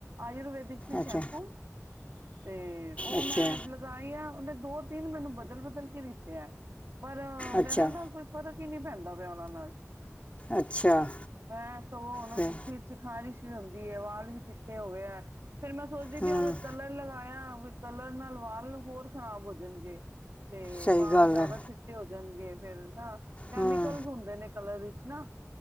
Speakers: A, on the right; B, on the left.
A: ਆਯੁਰਵੇਦ ਸੀ ਸ਼ੈਂਪੂ
B: ਅੱਛਾ
A: ਤੇ ਉਹ
B: ਅੱਛਾ
A: ਮੈਂ ਲਗਾਈਂ ਆਂ ਉਨੇ ਦੋ ਤਿੰਨ ਮੈਨੂੰ ਬਦਲ ਬਦਲ ਕੇ ਦਿੱਤੇ ਐ। ਪਰ ਉਹ
B: ਅੱਛਾ
A: ਮੇਰਾ ਨਾ ਕੋਈ ਫਰਕ ਹੀ ਨਹੀਂ। ਪੈਂਦਾ ਪਿਆ ਉਹਨਾਂ ਨਾਲ।
B: ਅੱਛਾ
A: ਤੇ ਮੈਂ ਤੇ ਉਹਨਾਂ
B: ਫਿਰ
A: ਦੇ ਸਿਰ ਚ ਖ਼ਾਰਿਸ਼ ਵੀ ਹੁੰਦੀ। ਦੀ ਆ ਵਾਲ ਵੀ ਚਿੱਟੇ ਹੋ ਗਏ ਏ। ਫੇਿਰ ਮੈਂ ਸੋਚਦੀ
B: ਹੂੰ
A: ਬੀ ਅਗਰ ਕਲਰ ਲਗਾਇਆ। ਕੋਈ ਕਲਰ ਨਾਲ ਵਾਲ ਹੋਰ ਖ਼ਰਾਬ ਹੋ ਜਾਣਗੇ। ਤੇ
B: ਸਹੀ
A: ਵਾਲ
B: ਗੱਲ
A: ਜਿਆਦਾ
B: ਹੈ
A: ਚਿੱਟੇ ਹੋ। ਗਨਗੇ ਫਿਰ ਨਾ। ਕੈਮੀਕਲਸ
B: ਹੂੰ
A: ਹੁੰਦੇ ਨੇ ਕਲਰ ਵਿਚ। ਨਾ।